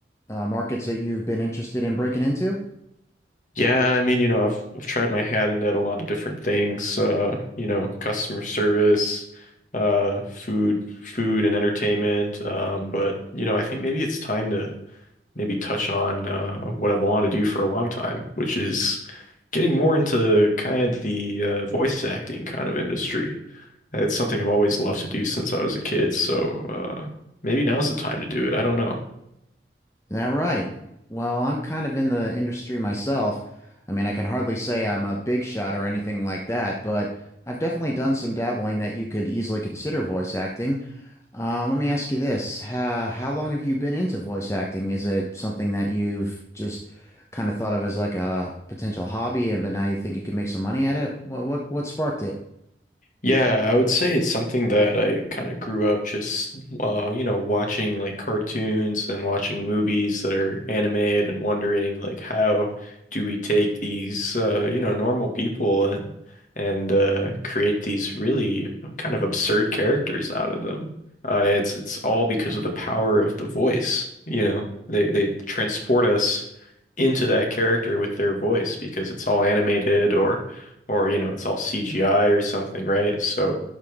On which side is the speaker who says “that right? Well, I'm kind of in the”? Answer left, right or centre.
Left